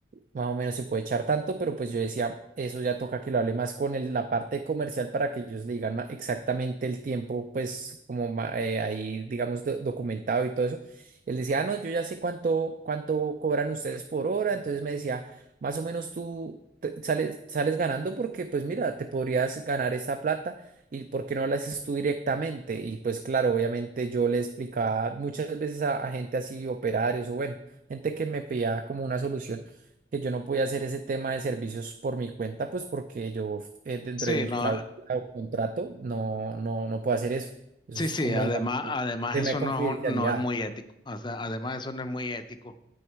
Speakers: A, on the right (about 45°); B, on the left (about 25°).
A: más o menos se puede echar tanto, pero pues yo decía, eso ya toca que lo hable más con el- la parte comercial para que ellos le digan ma- exactamente el tiempo, pues como ma- eh, ahí, digamos, do- documentado y todo eso. Él decía, ah, no, yo ya sé cuánto, cuánto cobran ustedes por hora, entonces me decía, más o menos tú te- sales, sales ganando porque pues mira, te podrías ganar esa plata y por qué no la haces tú directamente. Y pues claro, obviamente yo le explicaba muchas veces a, a gente así, operarios o bueno, gente que me pedía como una solución que yo no podía hacer ese tema de servicios por mi cuenta, pues porque yo eh, dentro
B: Sí,
A: de mi
B: no,
A: cláusula o contrato no, no, no puedo hacer eso. Eso
B: Sí,
A: es
B: sí,
A: como,
B: además,
A: digamos,
B: además
A: tema
B: eso
A: de confidencialidad.
B: no es, un- no es muy ético. O sea, además eso no es muy ético.